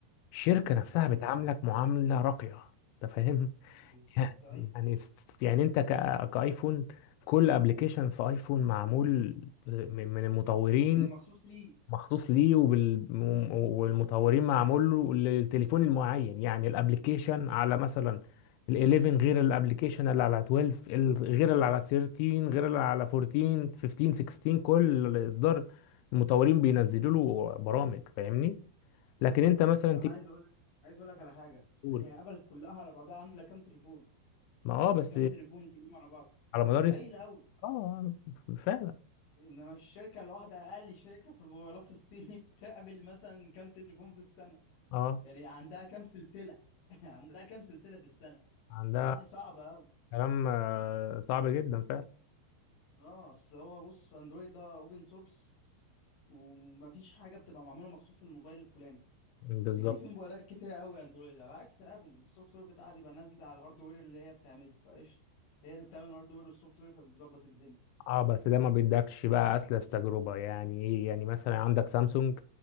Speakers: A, on the left; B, on the left.
A: الشركة نفسها
B: مم.
A: بتعاملك معاملة راقية انت فاهم
B: بالظبط
A: <laughs>
B: ايوه
A: يعني يعني انت كا- كايفون كل ابلكيشن في ايفون معمول من من المطورين
B: دي مخصوص ليه
A: مخصوص ليه وبال... وم- والمطورين معمول له للتليفون المعين يعني الابليكيشن على مثلا ال 11 غير الابليكيشن اللي على 12 ال- غير اللي على 13 غير اللي على 14 15 16 كل اصدار المطورين بينزلوا له برامج فاهمني لكن انت مثلا
B: ده انا
A: تيجي
B: عايز اقول لك عايز اقول لك على حاجه اصل
A: تقول
B: هي ابل كلها على بعضها عامله كام تليفون
A: ما اه بس
B: كام تليفون كلهم على بعض
A: على مدار
B: قليل
A: الس-
B: قوي
A: اه فعلا
B: انما الشركه الواحده اقل شركه في الموبايلات الصيني <laughs> بتقبل مثلا كام تليفون في السنه
A: اه
B: يعني عندها كام سلسلة <laughs> عندها كام سلسلة في السنة
A: عندها
B: فلا دي صعبة أوي
A: كلام آه، صعب جدا فعلا
B: اه اصل هو بص اندرويد ده اوبن سورس ومفيش حاجة بتبقى معمولة مخصوص للموبايل الفلاني
A: بالظبط
B: لأن في موبايلات كتيرة أوي اندرويد على عكس ابل السوفت وير بتاعها بيبقى نازلة على الهاردوير اللي هي بتعمله فقشطة هي اللي بتعمل الهاردوير والسوفت وير فبتظبط الدنيا
A: اه بس ده ما بيدكش بقى اسلس تجربة يعني ايه يعني مثلا عندك سامسونج